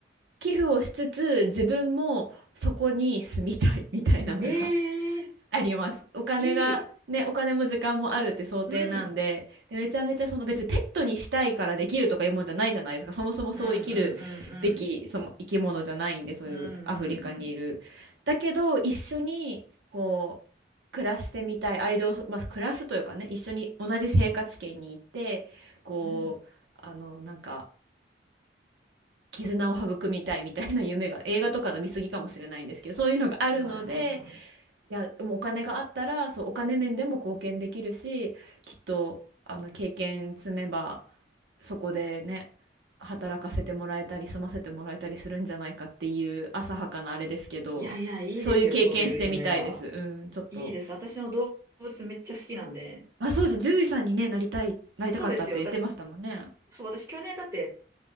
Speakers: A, on the right; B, on the right.
A: 寄付をしつつ自分もそこに住みたいみたいなのが
B: ええ
A: あります。お金が、
B: いい。
A: ね、お金も時間もあるって想定なんで、
B: うん。
A: で、めちゃめちゃその別にペットにしたいからできるとかいうもんじゃないじゃないですか。そもそもそう生きるべき、
B: うんうんうん
A: その生き物じゃないんで、そういうアフリカにいる。
B: うん。うんうん
A: だけど、一緒にこう、暮らしてみたい、愛情をそ、まあ、暮らすというかね、一緒に同じ生活圏に行って、こう、
B: うん。
A: あの、なんか、絆を育みたいみたいな夢が映画とかの見過ぎかもしれないんですけどそういうのがあるので
B: うん。はいはいは
A: いや、でもお金があったら、そう、お金面でも貢献できるし、きっと、あの、経験積めば、そこでね、働かせてもらえたり、住ませてもらえたりするんじゃないかっていう浅はかなあれですけど、
B: い。いやいや、いいですよ、
A: そういう経験してみたいです。
B: そういう夢は。
A: うん、ちょっと。
B: いいです。私も動物めっちゃ好きなんで。
A: あ、そうじゃん、獣医さんにね、なりたい、なりたかったって言ってましたもんね。
B: そうですよ。だ、そう、私去年だって、